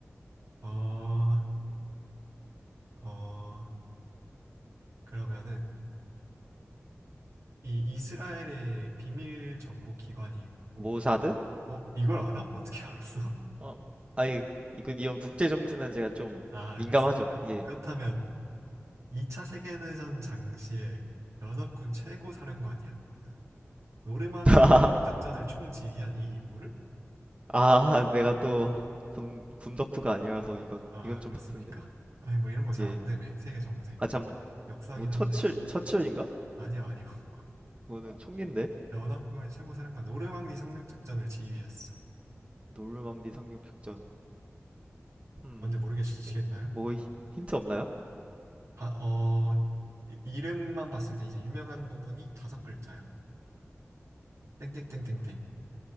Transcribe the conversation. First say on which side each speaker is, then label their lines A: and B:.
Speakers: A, on the right (about 80°); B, on the right (about 25°).
A: 어, 어, 그러면은 이 이스라엘의 비밀 정보 기관이 있고,
B: 모사드?
A: 어, 이걸 알아? 어떻게 알았어? <laughs>
B: 어 아니 이거 이런 국제 정세는 제가 좀
A: 아,
B: 민감하죠.
A: 그렇습니까?
B: 예.
A: 그렇다면 2차 세계대전 당시에 연합군 최고 사령관이요. 노르망디
B: <laughs>
A: 상륙작전을 총지휘한 이 인물을?
B: 아, 내가 또 군, 군 덕후가 아니라서 이건
A: 아,
B: 이건 좀
A: 그렇습니까?
B: 빡센데.
A: 아니, 뭐 이런 거 잘
B: 예.
A: 안 되매. 세계 정세.
B: 아 참,
A: 역사긴
B: 뭐 처칠
A: 한데.
B: 처칠인가?
A: 아니요, 아니요. <laughs>
B: 뭐는 총기인데
A: 연합군의 최고 사령관 노르망디 상륙작전을 지휘했어.
B: 노르망디 상륙작전. 음.
A: 뭔지 모르겠시겠나요?
B: 뭐 히- 힌트 없나요?
A: 아, 어, 이- 이름만 봤을 때 이제 유명한 부분이 다섯 글자야. 땡땡땡땡땡.